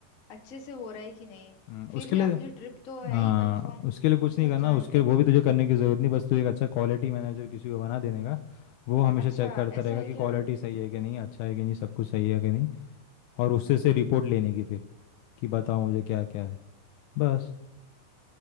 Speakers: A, on the left; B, on the left.
A: अच्छे से हो रहा है कि नहीं
B: हम्म,
A: फिर
B: उसके
A: क्या
B: लिए
A: अपनी ट्रिप तो है
B: हाँ
A: ही कंफर्म
B: उसके लिए कुछ
A: घूमो
B: नहीं करना
A: जाए
B: उसके
A: मर्जी
B: लिए वो भी तुझे करने की ज़रूरत नहीं बस तू एक अच्छा क्वालिटी मैनेजर किसी को बना देने का वो हमेशा
A: अच्छा
B: चेक करता
A: ऐसा
B: रहेगा
A: है
B: कि क्वालिटी
A: क्या
B: सही है कि नहीं अच्छा है कि नहीं सब कुछ सही है कि नहीं और उससे से रिपोर्ट लेने की फिर कि बताओ मुझे क्या क्या है बस